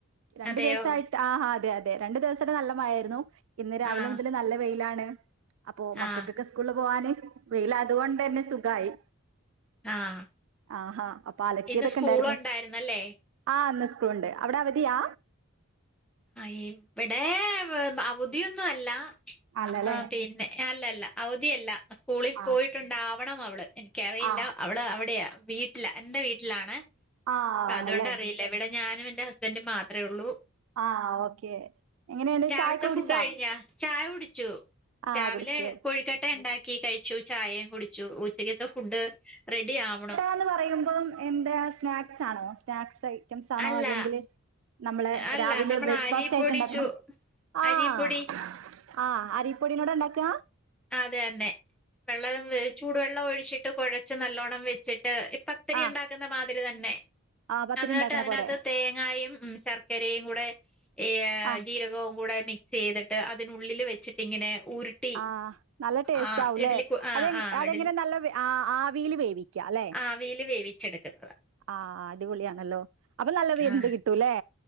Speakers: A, on the right; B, in the centre.
A: രണ്ടു
B: അതെയോ
A: ദിവസായിട്ട് ആഹ് അതെ അതെ രണ്ടു ദിവസായിട്ട് നല്ല മഴായിരുന്നു ഇന്ന് രാവിലെ
B: ആഹ്
A: മുതല് നല്ല വെയിലാണ് അപ്പൊ മക്കക്കൊക്കെ
B: ആഹ്
A: സ് സ്കൂള്ല് പോവാന് വെയിലായത് കൊണ്ടന്നെ സുഖായി
B: ആഹ്
A: ആഹ് ഹാ അപ്പൊ അലക്കിയതൊക്കെ
B: ഇന്ന് സ്കൂള്
A: ഇണ്ടായിരുന്നു
B: ഉണ്ടായിരുന്നല്ലേ
A: ആഹ് ഇന്ന് സ്കൂള്ണ്ട് അവിടെ അവധിയാ?
B: ആഹ് ഇബടെ അവധിയൊന്നുവല്ല
A: ആണല്ലേ
B: ആഹ് പിന്നെ അല്ല അല്ല അവധിയല്ല സ്കൂളി
A: ആ
B: പോയിട്ടുണ്ടാവണം അവള് എനിക്കറിയില്ല
A: ആ
B: അവള് അവിടെയാ വീട്ടില് എന്റെ വീട്ടിലാണ്
A: ആ ആണല്ലേ
B: അതുകൊണ്ട് അറിയില്ല ഇവിടെ ഞാനും എന്റെ ഹസ്ബൻഡും മാത്രേയൊള്ളൂ
A: ആ ഓക്കെ എങ്ങനെയാണ്
B: രാവിലത്തെ
A: ചായൊക്കെ കുടിച്ചാ
B: ഫുഡ് കഴിഞ്ഞ? ചായ കുടിച്ചു
A: ആഹ്
B: രാവിലെ
A: കുടിച്ചു
B: കൊഴിക്കട്ട ഇണ്ടാക്കി കഴിച്ചു ചായയും കുടിച്ചു ഉച്ചക്കത്തെ ഫുഡ് റെഡിയാവുണു
A: കൊഴുക്കട്ടാന്ന് പറയുമ്പം എന്ത സ്നാക്സാണോ? സ്നാക്സ് ഐറ്റംസാണോ
B: അല്ല
A: അല്ലെങ്കില് നമ്മള്
B: അല്ല
A: രാവിലെ
B: നമ്മൾ
A: ബ്രേക്ക്ഫാസ്റ്റ്
B: അരിപ്പൊടി
A: ആയിട്ട് ഇണ്ടാക്കണതാ
B: ചു
A: ആഹ്
B: അരിപ്പൊടി
A: ആഹ് അരിപ്പൊടിനോണ്ട ഇണ്ടാക്ക?
B: അതെ തന്നെ വെള്ളം ചൂടുവെള്ളം ഒഴിച്ചിട്ട് കുഴച്ച് നല്ലോണം വെച്ചിട്ട് ഇപ്പ പത്തിരി
A: ആഹ്
B: ഒണ്ടാക്കുന്ന മാതിരി തന്നെ
A: ആഹ് പത്തിരി
B: അന്നിട്ട്
A: ഇണ്ടാക്കണ
B: അതിനാത്ത്
A: പോലെ
B: തേങ്ങായും ശർക്കരയും കൂടെ ഈ
A: ആഹ്
B: ജീരകവും കൂടെ മിക്സെയ്തിട്ട് അതിനുള്ളില് വെച്ചിട്ടിങ്ങനെ ഉരുട്ടി
A: ആഹ് നല്ല ടേസ്റ്റോവുലേ?
B: ആ ഇഡലി ആ
A: അത്
B: ആ
A: അത്
B: ഇഡലി
A: എങ്ങനെ നല്ല ആവിയില് വേവിക്കാല്ലെ?
B: ആവിയില് വേവിച്ചെടുക്കുന്നത
A: ആഹ് ആഹ് അടിപൊളിയാണല്ലോ അപ്പൊ നല്ലോം വെന്ത്
B: ആഹ്
A: കിട്ടൂല്ലേ?